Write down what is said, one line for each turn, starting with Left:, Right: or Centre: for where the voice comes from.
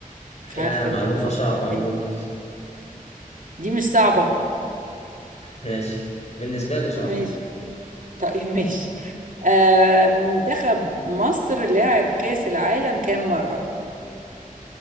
Left: فكرة
Right: مش عارفه
Left: معلومة
Right: انت بتفكر
Left: صعبة
Right: ازاي
Left: عموما
Right: دي مش صعبه
Left: ماشي بالنسبة لي صعبة
Right: ماشي طيب ماشي آه منتخب مصر لعب كاس العالم كام مره